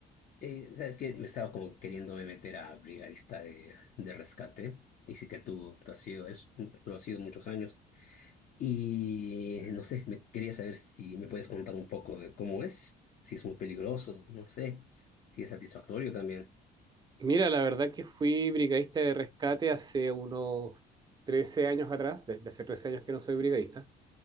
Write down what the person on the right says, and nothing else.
Mira, la verdad que fui brigadista de rescate hace unos 13 años atrás, desde hace 13 años que no soy brigadista.